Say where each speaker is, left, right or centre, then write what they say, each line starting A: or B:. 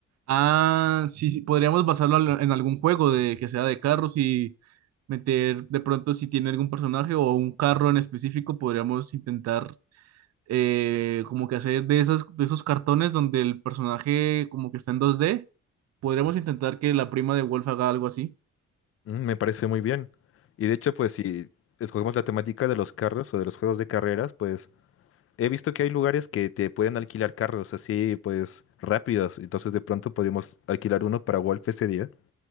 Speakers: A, on the right; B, on the left.
A: Ah, sí, sí, podríamos basarlo al- en algún juego de que sea de carros y meter de pronto si tiene algún personaje o un carro en específico, podríamos intentar eh, como que hacer de esas, de esos cartones donde el personaje como que está en dos d podríamos intentar que la prima de Wolf haga algo así.
B: Mm, Me parece muy bien. Y de hecho, pues si escogemos la temática de los carros o de los juegos de carreras, pues he visto que hay lugares que te pueden alquilar carros así, pues rápidos. Entonces de pronto podemos alquilar uno para Wolf ese día.